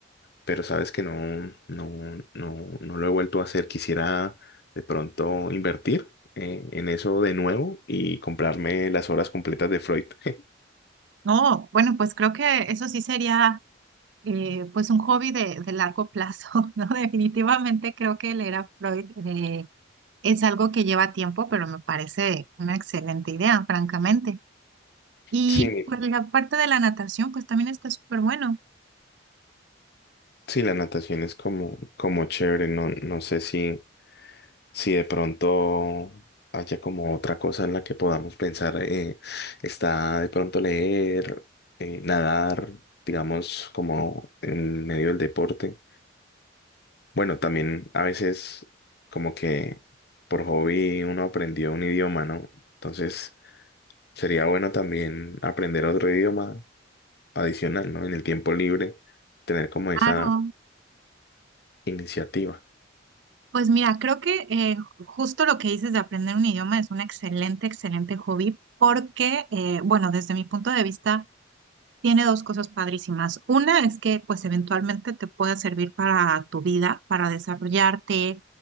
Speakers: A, on the left; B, on the right.
A: pero sabes que no, no, no, no lo he vuelto a hacer. Quisiera de pronto invertir eh, en eso de nuevo y comprarme las obras completas de Freud. <laughs>
B: No, bueno, pues creo que eso sí sería eh, pues un hobby de, de largo plazo, <laughs> ¿no? Definitivamente creo que leer a Freud eh, es algo que lleva tiempo, pero me parece una excelente idea, francamente. Y
A: Sí, mi-
B: pues la parte de la natación, pues también está súper bueno.
A: Sí, la natación es como, como chévere, no, no sé si, si de pronto haya como otra cosa en la que podamos pensar, eh, está de pronto leer, eh, nadar, digamos, como en medio del deporte. Bueno, también a veces como que por hobby uno aprendió un idioma, ¿no? Entonces sería bueno también aprender otro idioma adicional, ¿no? En el tiempo libre, tener como esa
B: Claro.
A: iniciativa.
B: Pues mira, creo que eh, justo lo que dices de aprender un idioma es un excelente, excelente hobby porque, eh, bueno, desde mi punto de vista, Tiene dos cosas padrísimas. Una es que pues eventualmente te pueda servir para tu vida, para desarrollarte,